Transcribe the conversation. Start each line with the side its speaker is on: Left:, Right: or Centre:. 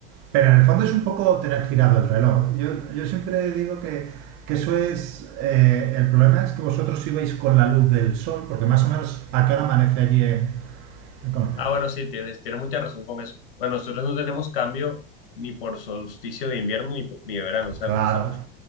Right: pero en el fondo es un poco tener girado el reloj. Yo, yo siempre digo que, que eso es... eh, el problema es que vosotros ibais con la luz del sol, porque más o menos a qué hora amanece allí en, en Colombia.
Left: ah, bueno, sí, tienes, tienes mucha razón con eso. Bueno, nosotros no tenemos cambio ni por solsticio de invierno ni, por- ni de verano, o sea,
Right: Claro,
Left: como estamos